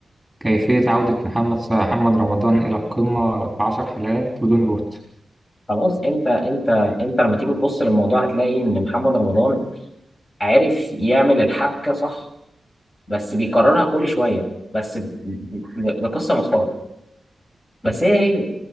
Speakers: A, in the centre; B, on the left (about 30°).
A: كيفية عودة محمد ص- محمد رمضان إلى القمة في عشر حلقات بدون روت
B: خلاص انت انت انت لما تيجي تبص للموضوع هتلاقي ان محمد رمضان عارف يعمل الحبكه صح بس بيكررها كل شويه بس ب- ب- بقصه مختلفه بس هي هي